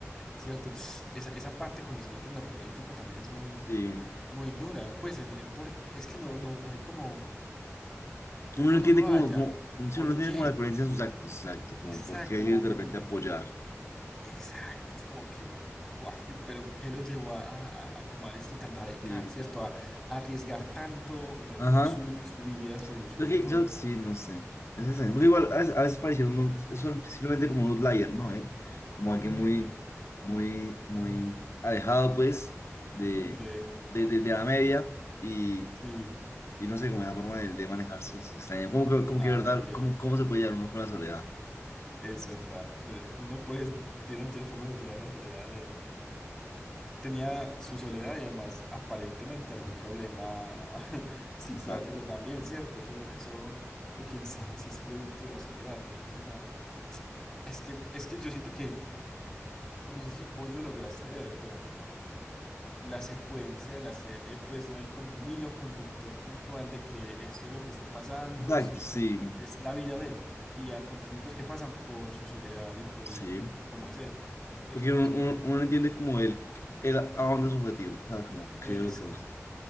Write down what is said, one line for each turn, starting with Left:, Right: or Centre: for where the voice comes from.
Centre: ¿cierto? Esa, esa parte cuando se mete en lo político también es muy,
Left: Sí.
Centre: muy dura. Pues el, el por, es que no, no, no hay como. uno
Left: Uno no entiende
Centre: no lo
Left: como,
Centre: halla.
Left: como-
Centre: Eh,
Left: sí, uno sí
Centre: ¿Por
Left: no entiende
Centre: qué?
Left: como la coherencia de sus actos, exacto,
Centre: Exacto,
Left: como por qué ellos
Centre: como
Left: de
Centre: que
Left: repente
Centre: no.
Left: apoyar.
Centre: Exacto, es como que, guau, que- pero ¿qué lo llevó a, a- a tomar esto tan radical,
Left: Sí.
Centre: ¿cierto? A, a arriesgar tanto lo,
Left: Ajá.
Centre: lo suyo, su vida, su, su
Left: Creo
Centre: entorno
Left: que, creo- sí, no sé. Es extraño.
Centre: por
Left: Porque
Centre: ello.
Left: igual a veces, a veces parecieron unos- son simplemente como un outlier, ¿no? Él, como alguien muy,
Centre: Ok,
Left: muy, muy alejado, pues, de,
Centre: ok,
Left: de, de, de la media y,
Centre: sí,
Left: y no sé, como la forma de, de manejarse es extraña. Como que, como
Centre: ah,
Left: que, ¿verdad?
Centre: ok,
Left: ¿Cómo, cómo se puede llevar uno con la soledad?
Centre: es verdad. Uno pues tiene muchas formas de llevar la soledad, tenía su soledad y además aparentemente algún problema <laughs> psiquiátrico
Left: Está cool.
Centre: también, ¿cierto? Eso, eso, o quién sabe si es producto de la soledad, no, no se sabe. Es que, es que yo siento que, o no sé si vos lo lograste ver, pero la secuencia de la serie, pues no hay como un hilo conductor puntual de que esto es lo que esté pasando,
Left: Exacto,
Centre: siempre
Left: sí,
Centre: es la vida de él y acontecimientos que pasan por su soledad y por
Left: sí.
Centre: el, cómo es él, ¿cierto?
Left: Porque uno,
Centre: Eso
Left: uno-
Centre: no.
Left: uno entiende como él, él a dónde es su objetivo, ¿sabes? Como qué
Centre: Exacto,
Left: es lo que gusta.